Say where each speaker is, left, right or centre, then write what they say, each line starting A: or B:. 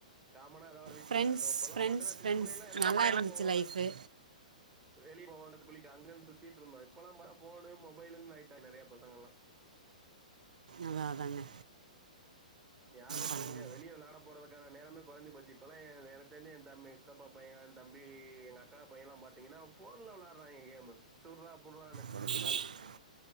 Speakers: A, on the right; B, on the right.
A: காமனா எதா ஒரு வீட்லதா
B: ஃப்ரெண்ட்ஸ்
A: இருக்கு இப்பல்லா
B: ஃப்ரெண்ட்ஸ்
A: பாத்தன்னா
B: ஃப்ரெண்ட்ஸ்
A: சின்ன புள்ளைள எதா
B: நல்லா
A: விளாட
B: இருந்துச்சு
A: போவோர்
B: லைஃபு
A: வெளிய போவங்கர்து குளிக் அங்கன் சுத்திட்ருந்தோ இப்பல்லா பா ஃபோனு மொபைலுன் ஆய்ட்டா நெறையா பசங்கள்லா
B: அதா அதாங்க
A: யாரு இப்
B: பண்ணுறேங்க
A: எங்க வெளிய விளாட போறதுக்கான நேரமே கொறஞ்சி போச்சி இப்பல்லா எ எனக் தெரின்தி என் தம்மித் சித்தப்பா பைய ய தம்பி எங் அக்கா பையல்லா பாத்தீங்கன்னா ஃபோன்ல விளையாட்றாய்ங்க கேமு சுர்ரா பொர்வான்னு
B: <unintelligible>